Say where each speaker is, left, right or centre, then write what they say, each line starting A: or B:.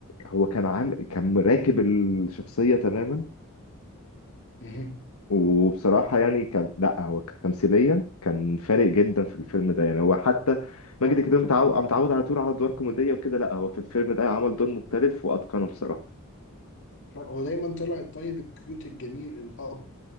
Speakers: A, on the left (about 80°); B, on the left (about 55°).
A: هو كان عامل كان راكب الشخصيه تماما
B: مه.
A: وبصراحه يعني كان لا هو ك- تمثيليا كان فارق جدا في الفيلم ده يعني هو حتى ماجد
B: طبعا
A: الكدواني متعود متعود على طول على ادوار كوميديه وكده لا هو في الفيلم ده عمل دور مختلف واتقنه بصراحه
B: هو دايما طلع الطيب الكيوت الجميل الاب